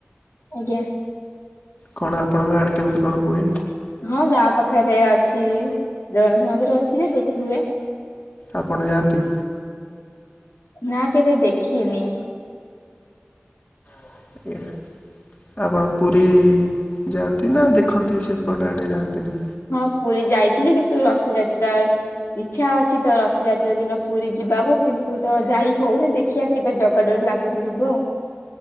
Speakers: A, on the left (about 80°); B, on the left (about 40°).
A: ଆଜ୍ଞା।
B: କଣ ଆପଣଙ୍କ ଆଡ଼େ କେମିତି କଣ ହୁଏ?
A: ହଁ ଗାଁ ପାଖରେ ଅଛି ଜଗନ୍ନାଥ ମନ୍ଦିର ଅଛି ଯେ ସେଠି ହୁଏ।
B: ଆପଣ ଯାଆନ୍ତି।
A: ନା କେବେ ଦେଖିନି।
B: ଆଜ୍ଞା। ଆପଣ ପୁରୀ ଯାଆନ୍ତି ନା ଦେଖନ୍ତି ସେପଟେ ଆଡ଼େ ଯାଆନ୍ତିନି।
A: ହଁ ପୁରୀ ଯାଇଥିଲି କିନ୍ତୁ ରଥଯାତ୍ରା ଇଚ୍ଛା ଅଛି ତ ରଥଯାତ୍ରା ଦିନ ପୁରୀ ଯିବାକୁ କିନ୍ତୁ ତ ଯାଇ ହଉନି ଦେଖିଆ କେବେ ଜଗା ଡୋରି ଲାଗୁଛି ଯିବ ଆଉ।